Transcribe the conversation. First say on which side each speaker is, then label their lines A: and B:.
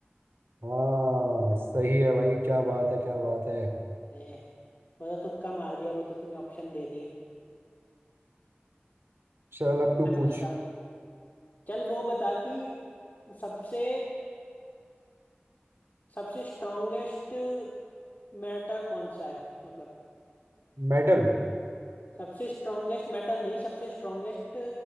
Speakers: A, on the right; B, on the left.
A: हाँ सही है भाई क्या बात है क्या बात है
B: अरे वो तो तुक्का मार दिया वो तो तूने ऑप्शन दे दिए
A: चल
B: मैं
A: अब तू
B: पूछता
A: पूछ
B: हूँ चल वो बता कि सबसे सबसे स्ट्रॉन्गेस्ट मैटर कौन सा है मतलब
A: Metal
B: सबसे स्ट्रॉन्गेस्ट मेटल नहीं सबसे स्ट्रॉन्गेस्ट